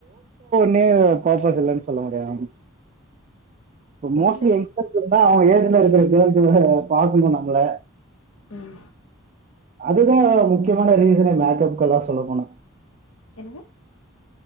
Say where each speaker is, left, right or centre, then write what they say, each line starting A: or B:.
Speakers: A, on the right; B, on the left.
A: னு பர்பஸ் இல்லன்னு சொல்ல முடியாது இப்போ மோஸ்லி
B: இல்லங்க
A: வந்து இருந்தா அவங்க ஏஜ்ல இருக்கிற கேர்ள்ஸ் எல்லா பாக்கணு நம்மள
B: ம்
A: அதுதா முக்கியமான ரீசனே மேக்கப்க்குல்லா சொல்ல போனா
B: என்னங்க